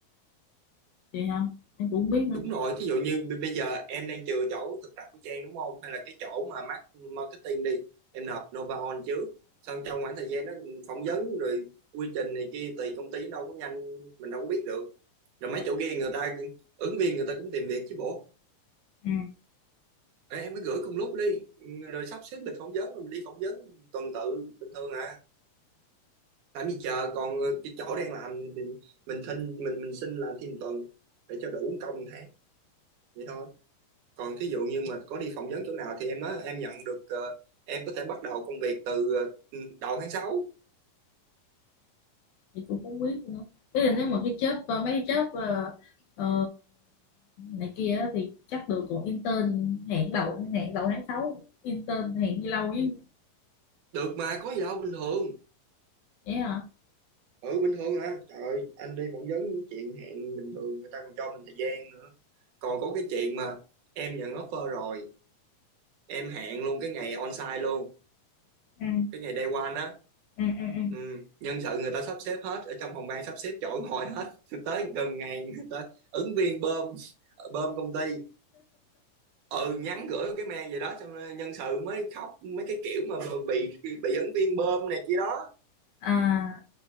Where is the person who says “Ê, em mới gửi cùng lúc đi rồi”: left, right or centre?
Right